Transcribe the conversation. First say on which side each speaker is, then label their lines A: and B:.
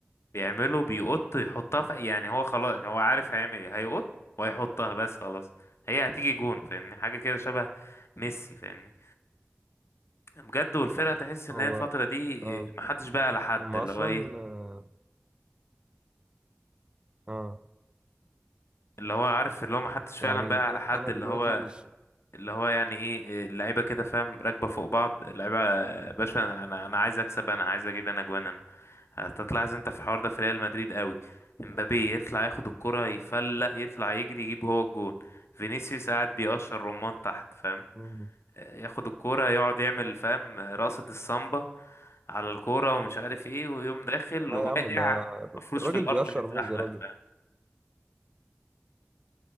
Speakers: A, on the left; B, on the right.
A: بيعمله بيقط يحطها في يعني هو خلاص هو عارف هيعمل ايه هيقط وهيحطها بس خلاص هي هتيجي جون فاهمني حاجة كده شبه ميسي فاهمني بجد والفرقة تحس ان
B: هو
A: هي الفترة دي
B: آه
A: آه، محدش بقى على حد
B: هم
A: اللي
B: أصلا
A: هو ايه
B: آه آه.
A: اللي هو عارف اللي هو ما حدش فعلا
B: يعني
A: بقى
B: إيه-
A: على حد
B: أنا
A: اللي
B: دلوقتي
A: هو
B: مش
A: اللي هو يعني ايه اللعيبه كده فاهم راكبه فوق بعض اللعيبه آه، باشا انا انا أنا عايز اكسب انا عايز اجيب انا جوان انا هتطلع انت في الحوار ده في ريال مدريد قوي امبابي يطلع ياخد الكره يفلق يطلع يجري يجيب هو الجون فينيسيوس قاعد بيقشر رمان تحت فاهم
B: <laughs>
A: ياخد الكرة يقعد يعمل فاهم رقصة السامبا على الكرة ومش عارف ايه ويقوم داخل
B: لا
A: واقع
B: يا عم ده
A: مفروش
B: الراجل
A: في الأرض
B: بيقشر
A: متزحلق
B: موز يا راجل
A: فاهم